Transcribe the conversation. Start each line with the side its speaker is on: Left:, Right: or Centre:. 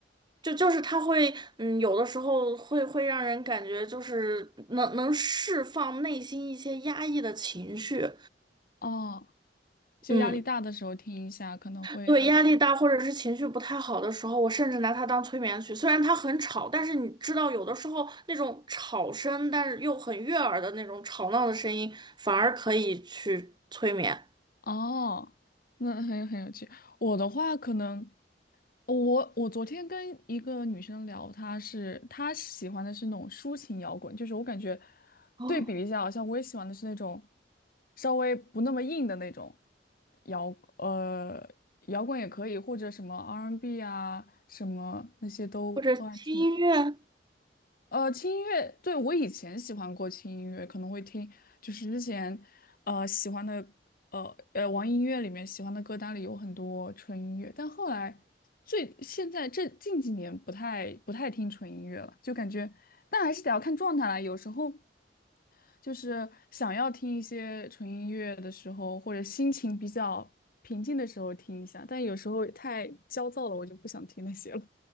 Right: 就就是它会，嗯，有的时候会会让人感觉就是能能释放内心一些压抑的情绪，
Left: 哦，就压力大的时候听一下，
Right: 嗯。
Left: 可能会
Right: 对，压力大或者是情绪不太好的时候，我甚至拿它当催眠曲。虽然它很吵，但是你知道，有的时候那种吵声，但是又很悦耳的那种吵闹的声音，反而可以去催眠。
Left: 哦，那很有很有趣。我的话可能。我我昨天跟一个女生聊，她是她喜欢的是那种抒情摇滚，就是我感觉
Right: 哦，
Left: 对比一下，好像我也喜欢的是那种稍微不那么硬的那种摇，呃，摇滚也可以，或者什么 R&B n 啊，什么那些都都还挺
Right: 或者听音乐，
Left: 呃，轻音乐，对，我以前喜欢过轻音乐，可能会听，就是之前，呃，喜欢的，呃呃，网易音乐里面喜欢的歌单里有很多纯音乐，但后来最现在这近几年不太不太听纯音乐了，就感觉，但还是得要看状态啦，有时候就是想要听一些纯音乐的时候，或者心情比较平静的时候听一下，但有时候太焦躁了，我就不想听那些了。